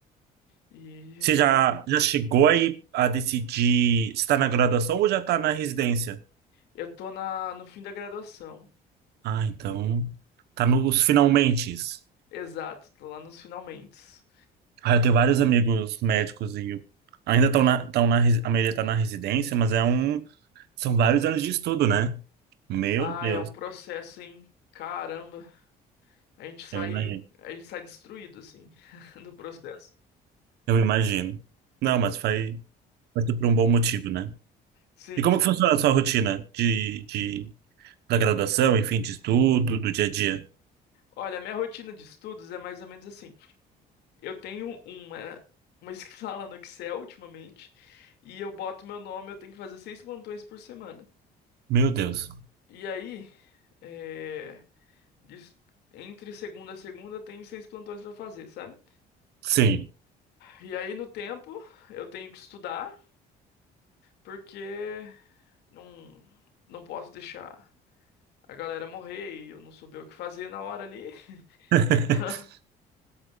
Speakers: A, on the left; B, on the right.
A: e
B: Você
A: tá,
B: já, já chegou aí a decidir se está na graduação ou já está na residência?
A: eu tô na, no fim da graduação.
B: Ah, então tá nos finalmentes.
A: Exato, tô lá nos finalmentes.
B: Ah, eu tenho vários amigos médicos e eu- ainda estão na, estão na, resi- a maioria tá na residência, mas é um, são vários anos de estudo, né? Meu
A: Ah,
B: Deus,
A: é um processo, hein? Caramba, a gente sai,
B: eu imagino.
A: a gente sai destruído, assim, <laughs> do processo.
B: Eu imagino. Não, mas faz. Mas por um bom motivo, né?
A: Sim,
B: E como que funciona a sua rotina de, de, da graduação, enfim, de estudo, do dia a dia?
A: Olha, minha rotina de estudos é mais ou menos assim. Eu tenho uma, uma <laughs> escala no Excel ultimamente e eu boto meu nome, eu tenho que fazer seis plantões por semana.
B: Meu Deus.
A: E aí, é, dis- entre segunda a segunda, tem seis plantões pra fazer, sabe?
B: Sim.
A: E aí, no tempo, eu tenho que estudar porque não, não posso deixar a galera morrer e eu não souber o que fazer na hora ali.
B: <laughs>
A: <laughs>